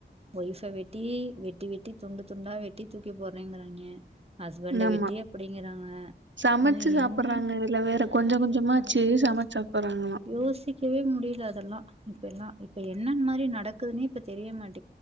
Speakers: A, on the right; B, on the right.
A: ஒய்ஃப வெட்டி டி வெட்டி வெட்டி துண்டு துண்டா வெட்டி தூக்கி போற்றேங்கிறாய்ங்க ஹஸ்பண்ட
B: ஆமா
A: வெட்டியே அப்டிங்கிறாங்க
B: சமைச்சு
A: அ
B: சாப்பிடுறாங்க
A: என்னன்
B: இதுல வேற
A: அ
B: கொஞ்ச
A: இதெல்லா
B: கொஞ்சமாச்சு
A: ஐயயோ
B: சமைச்சு சாப்பிடுறாங்களா
A: யோஸ்ச் சிந்திக்கவே முடில அதெல்லா இப்ப எல்லா இப்ப என்னன் மாரி நடக்குதுன்னே இப்ப தெரிய மாட் மாட்டேங்கு